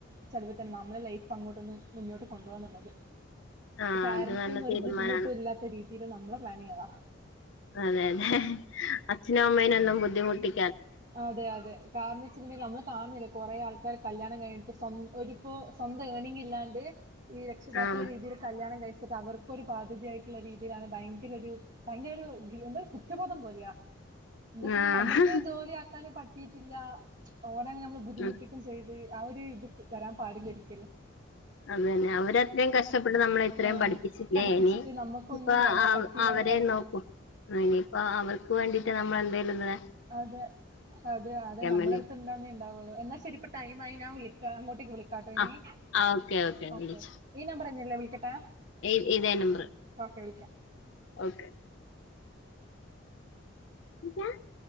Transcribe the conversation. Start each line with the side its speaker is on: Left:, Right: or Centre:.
Right: ചിലവിൽ തന്നെ മ നമ്മളെ ലൈഫ് അങ്ങോട്ടൊന്ന് മുന്നോട്ട് കൊണ്ട്പോകാന്നുള്ളത്
Left: ആഹ്
Right: പാരന്റസിന്
Left: അത് നല്ല
Right: ഒന്നും ഒരു
Left: തീരുമാനാണ്
Right: ബുദ്ധിമുട്ടും ഇല്ലാത്ത രീതിൽ നമ്മളെ പ്ലാനിങ് അതാ
Left: അതെ ലേ അതെ അച്ഛനേം അമ്മേനും ഒന്നും ബുദ്ധിമുട്ടി
Right: അതെ അതെ കാരണം എന്ന് വെച്ചിട്ടുണ്ടെങ്കിൽ നമ്മള് കാണുന്നില്ല കുറെ ആൾക്കർ കല്യാണം കഴിഞ്ഞിട്ട് ഒരിപ്പോ സ്വന്തം ഏണിങ് ഇല്ലാണ്ട് ഈ രക്ഷിതാക്കള
Left: ആഹ്
Right: രീതിയിൽ കല്യാണം കഴിച്ചിട്ട് അവർക്കൊരു ബാധ്യതയായിട്ടുള്ള രീതിയിലാണ് ഭയങ്കര ഒരു ഭയങ്കര ഒരു ഗിൽ എന്താ കുറ്റബോധം പോലയാ എന്താച്ചല്
Left: ആഹ്
Right: നമുക്ക് ജോലിയാക്കാന്പറ്റിട്ടില്ല ഓരെങ്ങനെ നമ്മള് ബുദ്ധിമുട്ടി
Left: ഉം
Right: ക്കും ചെയ്ത് ആ ഒരു ഇത് വരാൻ പാടില്ല ഒരിക്കലും
Left: അതന്നെ അവരെ ത്രയും കഷ്ടപ്പെട്ട് നമ്മളെ ഇത്രയും
Right: ആഹ്
Left: പഠിപ്പിച്ചില്ലേ
Right: പഠിപ്പിച്ചിട്ട്
Left: ഇനി ഇനി
Right: നമ്മുക്കൊന്നും
Left: ഇപ്പൊ
Right: നേടാൻ
Left: അവ്
Right: പറ്റിയില്ലാന്ന്
Left: അവരെ
Right: പറയുമ്പോ
Left: നോക്കും ആ ഇനിയിപ്പ അവർക്ക് വേണ്ടീട്ട് നമ്മള് എന്തേലും ഒന്ന്
Right: അതെ അതെ അതെ നമ്മളടുത്ത്
Left: വേണ്ടി
Right: അന്നേ ഉണ്ടാവുള്ളൂ എന്നാ ശരി ഇപ്പൊ ടൈം ആയി ഞാൻ വിളിക്ക അങ്ങോട്ടേക്ക്‌ വിളിക്കാം കാട്ടൊ ഇനി
Left: ആഹ് ആഹ് ഓക്കെ ഓക്കെ
Right: ഓകെ
Left: വിളിച്ചു
Right: ഓകെ ഈ നമ്പർന്നെല്ലേ വിളിക്കട്ടെ
Left: ഇ ഇതേ നമ്പർ
Right: ഓക്കെ വിളിക്കാം
Left: ഓക്കെ <unintelligible>